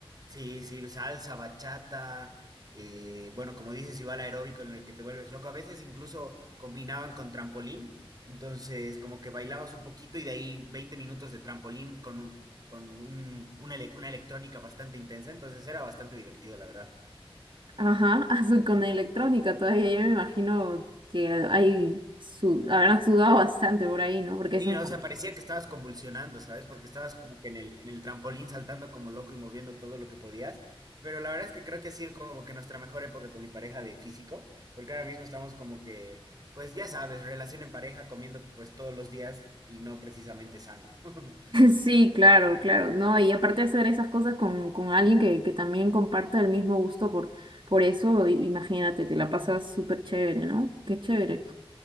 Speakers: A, on the right; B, on the right.
A: Sí, sí, salsa, bachata, eh, bueno, como dices, igual aeróbico en el que te vuelves loco. A veces incluso combinaban con trampolín, entonces como que bailabas un poquito y de ahí 20 minutos de trampolín con, un- con un- una, ele- una electrónica bastante intensa, entonces era bastante divertido, la verdad.
B: Ajá, <laughs> azul con electrónica todavía, yo me imagino que hay, su, habrán sudado bastante por ahí, ¿no? Porque
A: Sí,
B: es una...
A: no, o sea, parecía que estabas convulsionando, ¿sabes? Porque estabas como que en el, en el trampolín saltando como loco y moviendo todo lo que podías. Pero la verdad es que creo que ha sido como que nuestra mejor época con mi pareja de físico, porque ahora mismo estamos como que, pues ya sabes, relación en pareja, comiendo pues todos los días y no precisamente sano. <laughs>
B: Sí, claro, claro, ¿no? Y aparte de hacer esas cosas con, con alguien que, que también comparta el mismo gusto por, por eso, i- imagínate, te la pasas súper chévere, ¿no? Qué chévere.